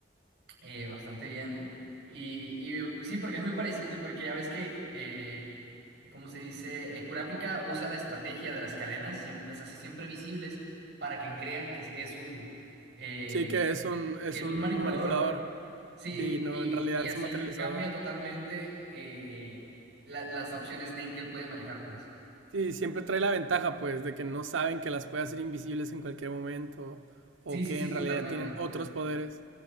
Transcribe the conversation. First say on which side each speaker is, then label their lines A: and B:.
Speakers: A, on the right; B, on the right.
A: eh, bastante bien, ¿eh? Y, y sí, porque es muy parecido, porque ya ves que, eh, ¿cómo se dice? Eh, Kurapika usa la estrategia de las cadenas, siempre, las hace siempre visibles para que crean que es, es un, eh,
B: sí que es un, es
A: que es
B: un
A: un manipulador.
B: manipulador.
A: Sí,
B: Sí, no,
A: y,
B: en realidad
A: y así
B: es un materializador.
A: cambia totalmente eh, la- las opciones Nen que él puede manejar, pues.
B: Sí, siempre trae la ventaja, pues, de que no saben que las puede hacer invisibles en cualquier momento o
A: Sí, sí,
B: que
A: sí,
B: en
A: totalmente.
B: realidad tienen otros poderes.